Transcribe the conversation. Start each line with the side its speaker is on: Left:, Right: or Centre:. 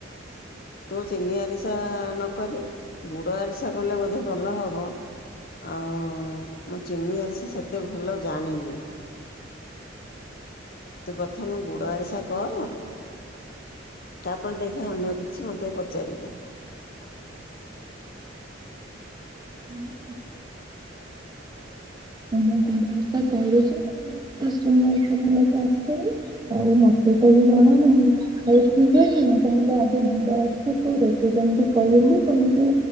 Left: ତୁ ଚିନି ଆରିସା ନକରି ଗୁଡ ଆରିସା କଲେ ବୋଧେ ଭଲ ହବ ଆଉ ମୁଁ ଚିନି ଆରିସା ସେତେ ଭଲ ଜାଣିନି ତୁ ପ୍ରଥମେ ଗୁଡ ଆରିସା କର ତାପରେ ଦେଖେ ଅନ୍ୟ କିଛି। ମତେ ପଚାରିବୁ।
Right: <unintelligible> ମୁଁ ଗୁଡ ଆରିସା କରିଚି <unintelligible> ମତେ ଆସେନି ଆଉ ମତେ ତେବେ ଜଣା ନାହିଁ ହଉ ଠିକ ଅଛି ମୁଁ ତାହେଲେ ଆଗେ ଗୁଡ଼ ଆରିସା କରେ ସେ ଯେମିତି କହିଲି ସେମିତି